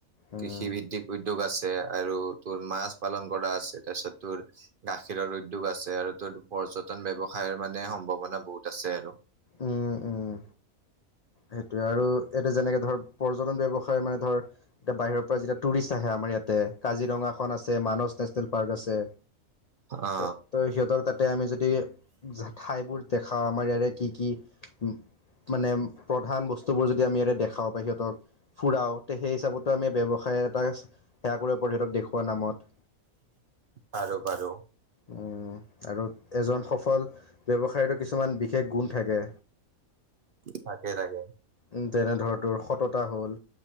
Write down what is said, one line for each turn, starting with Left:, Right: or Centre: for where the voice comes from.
Left: উম
Right: কৃষিভিত্তিক উদ্যোগ আছে, আৰু তোৰ মাছপালন কৰা আছে তাৰপিছত তোৰ গাখীৰৰ উদ্যোগ আছে, আৰু তোৰ পৰ্যটন ব্যবসায়ৰ মানে সম্ভাৱন না, বহুত আছে আৰু।
Left: উম, উম। সেইটোৱে আৰু এতিয়া যেনেকে ধৰ পৰ্যটন ব্যৱসায় মানে ধৰ, এতিয়া বাহিৰৰ পৰা যেতিয়া টুৰিষ্ট আহে, আমাৰ ইয়াতে। কাজিৰঙাখন আছে, মানস নেশ্বনেল পাৰ্ক আছে।
Right: অ
Left: ত-ত সিহঁতৰ তাতে, আমি যদি ঠাইবোৰ দেখা আ-আমাৰ ইয়াৰে কি, কি? মানে, প্ৰধান বস্তুবোৰ যদি আমি ইয়াৰে দেখা খাওঁ প্ৰায়, সিহঁতক ফুৰাওঁ। তে সেই হিচাপত আমি ব্যৱসায় এটা সেয়া কৰিব পাৰোঁ, সিহঁতক দেখোৱা নামত। <inaudible>
Right: পাৰু, পাৰু।
Left: উম, আৰু এজন সফল ব্যৱসায়তো, কিছুমান বিশেষ গুণ থাকে।
Right: তাকে, তাকে।
Left: উম, তেনে ধৰ তোৰ সততা হল।